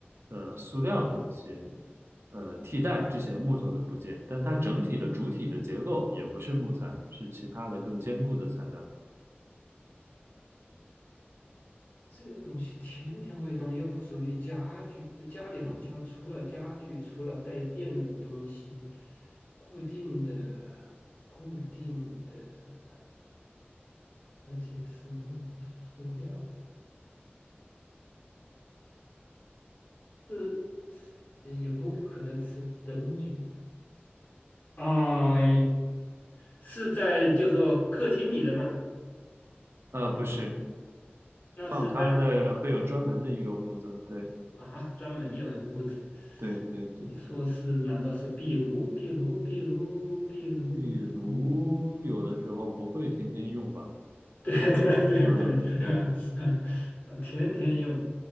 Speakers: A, on the right; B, on the left.
A: 呃塑料的一些呃替代之前木头的部件，但它整体的主体的结构也不是木材，是其他的更坚固的材料。
B: 这个东西天天会动，又不属于家具。呃家里好像除了家具，
A: 嗯，
B: 除了带电的东西，固定的固定的，而且是木头是塑料的，是呃也不可能是灯具啊、是在就说客厅里的吗？
A: 呃，不是，
B: 那是在
A: 放它的会有专门的一个屋子，对
B: 啊专门有屋子。
A: 对对对，
B: 你说是？难道是壁炉？壁炉？壁炉？壁炉？
A: 壁炉有的时候不会天天用吧。
B: 壁炉？对啊，对啊，对啊，
A: 嗯，
B: 对啊，
A: 对，
B: <laughs> 呃天天用，